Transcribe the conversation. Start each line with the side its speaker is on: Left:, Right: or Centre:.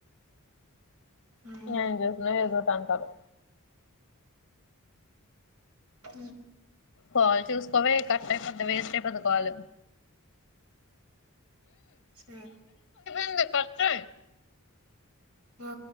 Right: అవును
Left: నం చేసిన ఏదిట అంటారు
Right: హ
Left: కాలు చూసుకోవే కట్ట అయిపోద్ద వేస్ట్ అయిపోద్ద కాలు
Right: స
Left: ంది కర్చా
Right: ఆ